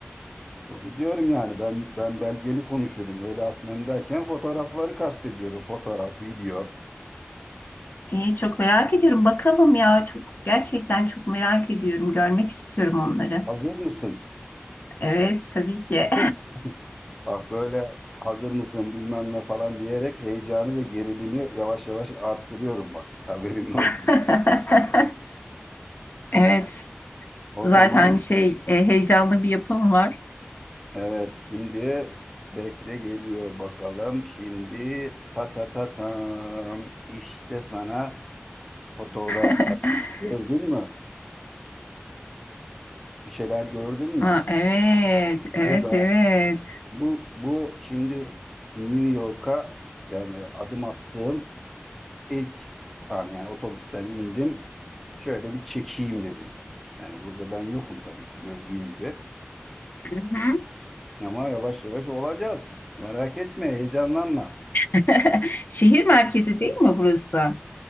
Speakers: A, in the centre; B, on the left.
A: İşte onu diyorum yani ben ben belgeli konuşurum öyle atmam derken fotoğrafları kastediyorum. Fotoğraf, video.
B: İyi, çok merak ediyorum. Bakalım ya çok gerçekten çok merak ediyorum. Görmek istiyorum onları.
A: Hazır mısın?
B: Evet tabii ki.
A: <laughs> Bak böyle hazır mısın bilmem ne falan diyerek heyecanı ve gerilimi yavaş yavaş arttırıyorum bak. Haberin olsun.
B: <laughs> Evet
A: O
B: zaten
A: zaman
B: şey e, heyecanlı bir yapım var.
A: evet şimdi bekle geliyor bakalım. Şimdi ta ta ta tam işte sana fotoğraf
B: <laughs>
A: gördün mü? Bir şeyler gördün mü?
B: Aa, evet, evet,
A: Bu da
B: evet.
A: bu bu şimdi New York'a yani adım attığım ilk an yani otobüsten indim. Şöyle bir çekeyim dedim. Yani burada ben yokum tabii ki gördüğün gibi.
B: Hı hı.
A: Ama yavaş yavaş olacağız. Merak etme, heyecanlanma.
B: <laughs> Şehir merkezi değil mi burası?